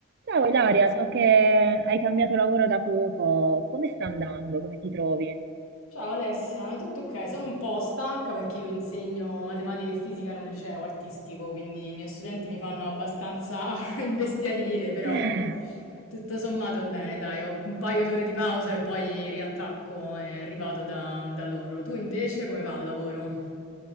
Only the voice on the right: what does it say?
Ciao Ilaria, so che hai cambiato lavoro da poco, come sta andando? Come ti trovi?
<sighs>